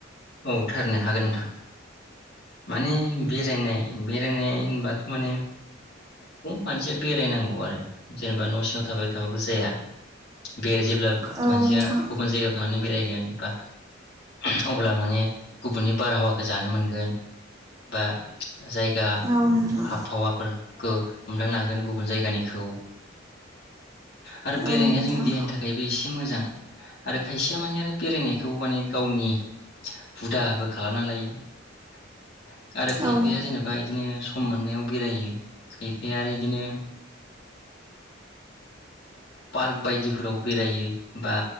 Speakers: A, on the left; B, on the right.
A: औ थारनो हागोन नोंथां माने बेरायनाय बेरायनाय होनबा माने मानसिया बेरायनांगौ आरो जेनेबा न' सिङाव थाबाय था थाबो जाया बे जेब्ला
B: औ
A: मानसिया
B: नोंथां
A: गुबुन जायगायाव थांनानै बेरायगोन बा <inaudible> अब्ला माने गुबुननि बारहावाखौ जानो मोनगोन बा जायगा
B: औ नोंथां
A: आबहावाफोरखौ हमदांनो हागोन गुबुन जायगानिखौ आरो बेरायनाया
B: औ नोंथां
A: जोंनि देहानि थाखायबो एसे मोजां । आरो खायसेया माने आरो बेरायनायखौ माने गावनि हुदाबो खालामना लायो । आरो खायफाया
B: औ
A: जेनेबा बिदिनो सम मोननायाव बेरायो खायफाया आरो इदिनो पार्क बायदिफोराव बेरायो बा